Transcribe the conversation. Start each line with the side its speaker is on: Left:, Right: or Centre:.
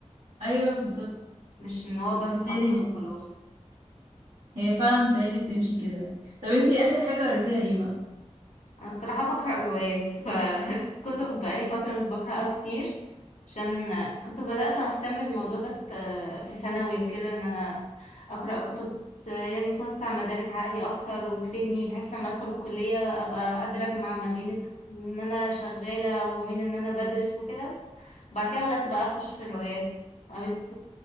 Right: ايوه بالظبط
Left: مش ان هو بس
Right: بالتالي
Left: اقرأ وخلاص
Right: هي فعلا متهيألي بتمشي كده يعني طب انتي اخر حاجة قريتيها ايه بقى
Left: انا الصراحه بقرا روايات فالكتب <laughs> بقالي فتره مش بقراها كتير عشان كنت بدات اهتم بالموضوع ده في في ثانوي وكده ان انا اقرا كتب ت- يعني توسع مدارك عقلي اكتر وتفيدني بحيث لما ادخل الكليه ابقى قادره اجمع ما بين ان انا شغاله وبين ان انا بدرس وكده بعد كده بدات بقى اخش في الروايات قريت